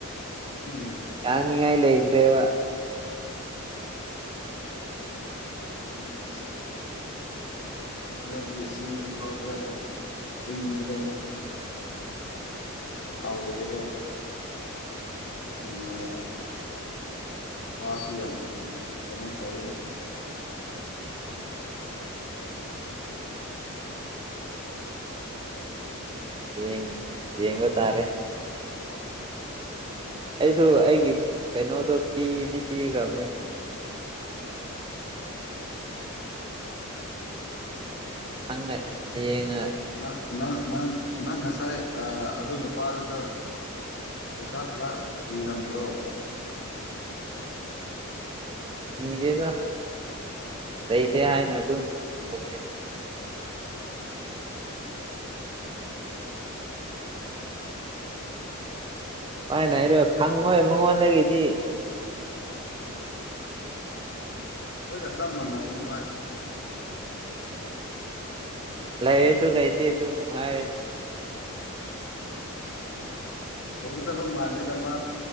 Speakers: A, on the left; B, on the right.
A: ꯎꯝ
B: ꯌꯥꯅꯤꯡꯉꯥꯏ ꯂꯩꯇ꯭ꯔꯦꯕ
A: ꯍꯁ ꯗ <unintelligible> ꯇꯥꯎꯕꯖꯤꯀꯣ ꯑꯅꯤꯉꯔ ꯃꯥꯁꯨ ꯌꯥꯝꯅꯤ ꯀꯩꯅꯣ ꯐꯔ
B: ꯌꯦꯡ ꯌꯦꯡꯕꯥ ꯇꯥꯔꯦ ꯑꯩꯁꯨ ꯑꯩꯒꯤ ꯀꯩꯅꯣꯗꯣ ꯄꯤꯗꯤ ꯄꯤꯈ꯭ꯔꯕꯅꯦ ꯈꯪ ꯌꯦꯌꯦꯡ
A: ꯪ ꯅꯪ ꯅꯪ ꯅꯪ ꯉꯁꯥꯏ ꯑꯗꯨ ꯅꯨꯄꯥꯗꯨꯗ ꯄꯩꯁꯥ ꯈꯔ ꯅꯤꯔꯝꯗ꯭ꯔꯣ
B: ꯅꯤꯗꯦꯗ ꯂꯩꯇꯦ ꯍꯥꯏꯅ ꯑꯗꯨꯝ ꯀꯨꯝꯃꯤꯅꯤ ꯍꯣꯏꯅꯦ ꯍꯥꯏꯔꯣꯏ ꯐꯪꯉꯣꯏ ꯃꯉꯣꯟꯗꯒꯤꯗꯤ
A: ꯎ ꯍꯣꯏ ꯀ ꯆꯞ ꯃꯅꯅꯤ ꯃꯥꯗꯤꯒ
B: ꯂꯥꯏꯔ ꯁꯨ ꯂꯩꯥꯏꯇ ꯇ ꯍꯥꯏ
A: ꯂꯩꯒꯗꯕ ꯃꯥꯥꯟꯂꯦꯗ ꯃꯥ